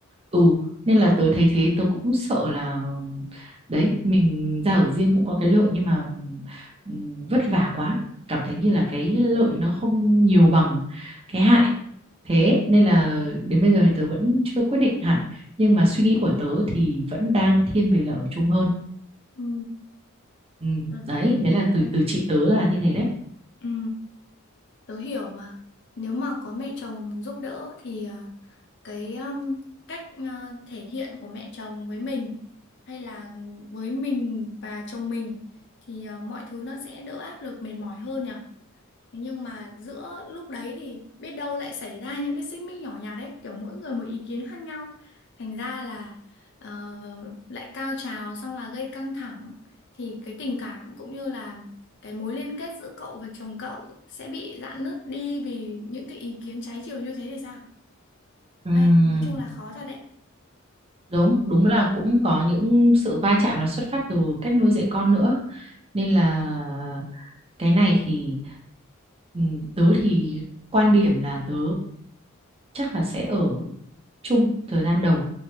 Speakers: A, on the right; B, on the left.
A: ừ nên là tớ thấy thế tớ cũng sợ là đấy mình ra ở riêng cũng có cái lợi nhưng mà ừm, vất vả quá cảm thấy như là cái lợi nó không nhiều bằng cái hại thế nên là đến bây giờ thì tớ vẫn chưa quyết định hẳn nhưng mà suy nghĩ của tớ thì vẫn đang thiên về là ở chung hơn
B: ừ
A: ừ,
B: tớ,
A: đấy
B: ừ,
A: đấy là từ từ chị tớ là như thế đấy
B: ừ. tớ hiểu mà nếu mà có mẹ chồng giúp đỡ thì ờ, cái um, cách ờ, thể hiện của mẹ chồng với mình hay là với mình và chồng mình thì ờ, mọi thứ nó sẽ đỡ áp lực mệt mỏi hơn nhỉ Thế nhưng mà giữa lúc đấy thì biết đâu lại xảy ra những cái xích mích nhỏ nhặt ấy, kiểu mỗi người một ý kiến khác nhau. Thành ra là ờ, lại cao trào xong là gây căng thẳng thì cái tình cảm cũng như là cái mối liên kết giữa cậu và chồng cậu sẽ bị rạn nứt đi vì những cái ý kiến trái chiều như thế thì sao?
A: Ừm,
B: Đây, nói chung là khó thật đấy.
A: đúng đúng là cũng có những sự va chạm là xuất phát từ cách nuôi dạy con nữa nên là cái này thì ừ, tớ thì quan điểm là tớ chắc là sẽ ở chung thời gian đầu